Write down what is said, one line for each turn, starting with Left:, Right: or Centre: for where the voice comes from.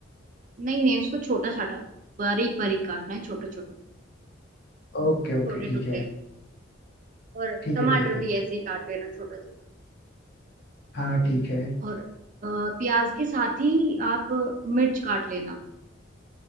Right: नहीं नहीं उसको छोटा छोटा बारीक बारीक काटना है छोटे छोटे
Left: ओके ओके
Right: छोटे
Left: ठीक
Right: टुकड़े
Left: है
Right: में और
Left: ठीक
Right: टमाटर
Left: है ठीक है
Right: भी ऐसे ही काट लेना छोटा छोटा
Left: हाँ ठीक है
Right: और अ, प्याज के साथ ही आप मिर्च काट लेना